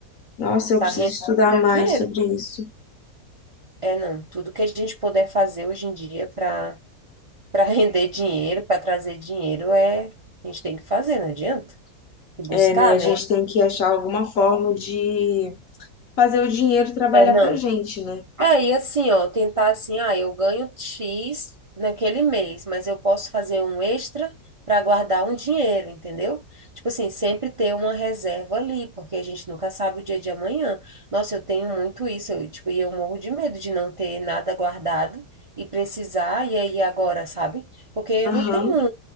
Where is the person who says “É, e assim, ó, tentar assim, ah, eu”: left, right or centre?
Right